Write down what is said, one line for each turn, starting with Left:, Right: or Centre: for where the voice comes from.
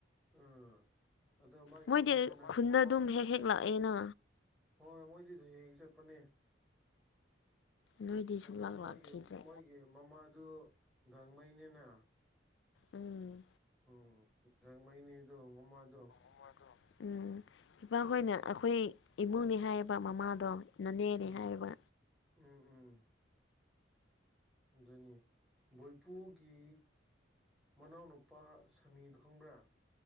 Centre: ꯎꯝ ꯑꯗꯣ ꯃꯥꯒꯤ
Left: ꯃꯣꯏꯗꯤ
Centre: ꯃꯃꯥꯗ ꯅꯪ
Left: ꯈꯨꯟꯗ ꯑꯗꯨꯝ ꯍꯦꯛ ꯍꯦꯛ ꯂꯥꯛꯑꯦꯅ
Centre: ꯍꯣꯏ ꯍꯣꯏ ꯃꯣꯏꯗꯤ ꯑꯗꯨ ꯍꯦꯛ ꯆꯠꯄꯅꯦ
Left: ꯅꯣꯏꯗꯤ ꯁꯨꯡꯂꯥꯛ
Centre: ꯑ ꯃꯣꯏꯒꯤ
Left: ꯂꯥꯛꯈꯤꯗ꯭ꯔꯦ
Centre: ꯃꯣꯏꯒꯤ ꯑꯩꯒꯤ ꯃꯃꯥꯗꯨ ꯒꯥꯡꯃꯩꯅꯤꯅ
Left: ꯎꯝ
Centre: ꯑꯣ ꯒꯥꯡꯃꯩꯅ‌ꯦ ꯑꯗꯣ ꯃꯃꯥꯗꯣ
Left: <unintelligible> ꯎꯝ ꯏꯄꯥꯍꯣꯏꯅ ꯑꯩꯈꯣꯏ ꯏꯃꯨꯡꯅ‌ꯦ ꯍꯥꯏꯌ‌ꯦꯕ ꯃꯃꯥꯗꯣ ꯅꯅꯦꯅꯦ
Centre: ꯎꯝ
Left: ꯍꯥꯏꯌ‌ꯦꯕ
Centre: ꯎꯝ ꯎꯝ ꯑꯗꯨꯅꯤ ꯚꯣꯏꯄꯨꯒꯤ ꯃꯅꯥꯎꯅꯨꯄꯥ ꯁꯃꯤꯗ‌ꯣ ꯈꯪꯕ꯭ꯔꯥ